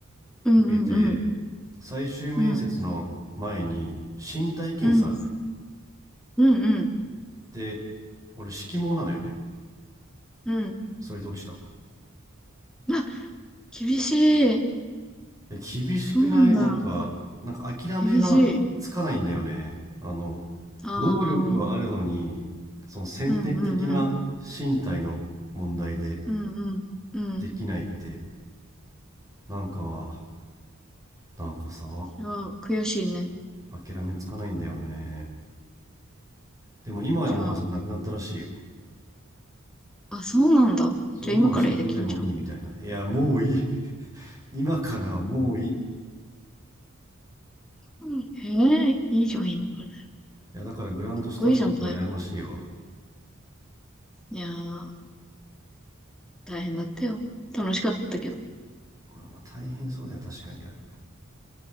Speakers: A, in the centre; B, on the right (about 15°).
A: うん、
B: う、受けて、
A: うん、うん。
B: 最終面接の前に身体検査あるのよ。
A: うん、うん、うんうん、
B: で、俺、色盲なのよね。
A: うん。
B: それで落ちた。
A: あ、厳しい。
B: え厳しくないなんか、
A: そうなんだ。
B: なんか諦めがつかないんだよね。
A: 厳しい。
B: あの、
A: あ
B: 能力はあるのに、
A: あ、うん
B: その先天的な身体の問題で
A: うんうん。うんうん。うん。
B: できないって、なんか、なんかさ、
A: それは悔しいね。
B: 諦めつかないんだよね。でも今はもはやそれなくなったらしいよ。
A: じゃあ、あ、そうなんだ。
B: そう、
A: じゃあ今からできんじゃん。
B: 今は式場でもいいみたいな。いや、もういい。今からはもういい。い
A: うんへえ、いいじゃん、今から。
B: や、だからグランドスタッフとか羨ましいわ。
A: かっこいいじゃん、パイロット。いやー、大変だったよ。楽しかったけど。
B: まあまあ大変そうでは確かにある。